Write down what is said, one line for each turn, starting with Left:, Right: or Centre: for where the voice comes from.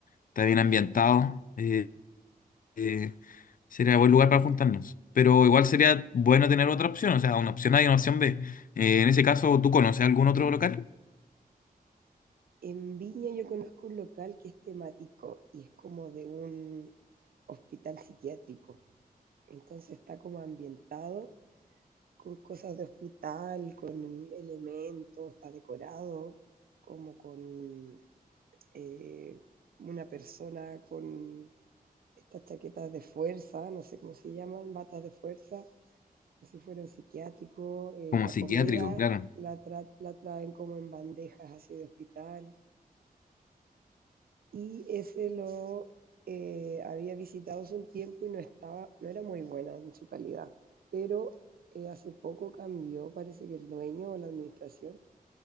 Left: está bien ambientado, eh, eh, sería buen lugar para juntarnos. Pero igual sería bueno tener otra opción, o sea, una opción A y una opción B. Eh, en ese caso, ¿tú conoces algún otro local?
Right: En Viña yo conozco un local que es temático y es como de un hospital psiquiátrico. Entonces está como ambientado con cosas de hospital, con elementos, está decorado como con eh, una persona con estas chaquetas de fuerza, no sé cómo se llaman, batas de fuerza, no sé si fueron psiquiátricos, eh,
Left: Como
Right: la
Left: psiquiátrico,
Right: comida
Left: claro.
Right: la, tra la, traen como en bandejas así de hospital. Y ese lo eh, había visitado hace un tiempo y no, estaba, no era muy buena en su calidad, pero eh, hace poco cambió, parece que el dueño o la administración